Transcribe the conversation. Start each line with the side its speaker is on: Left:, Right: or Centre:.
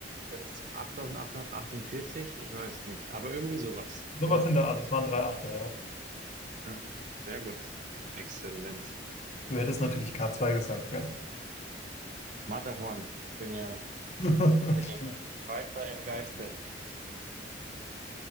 Right: sind's 8848? Ich weiß es nicht, aber irgendwie sowas.
Left: Sowas
Right: Ja,
Left: in der Art, es waren drei Achter, ja.
Right: ja, sehr gut. Exzellent.
Left: Du hättest natürlich k zwei gesagt, gell?
Right: Matterhorn. Ich bin ja,
Left: <laughs>
Right: bin
Left: Stimmt.
Right: ja hier Schweizer im Geiste.